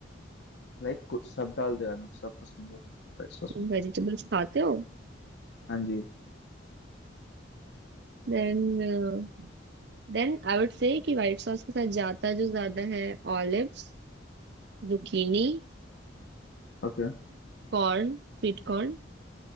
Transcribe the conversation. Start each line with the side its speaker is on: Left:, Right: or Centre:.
Left: लाइक कुछ सब डाल दो यार मेरे को सब पसंद है व्हाइट सॉस
Right: तुम
Left: में
Right: वेजिटेबल्स खाते हो
Left: हाँ जी
Right: Then then I would say कि व्हाइट सॉस के साथ जाता जो ज्यादा है olives zucchini
Left: Okay
Right: corn sweet corn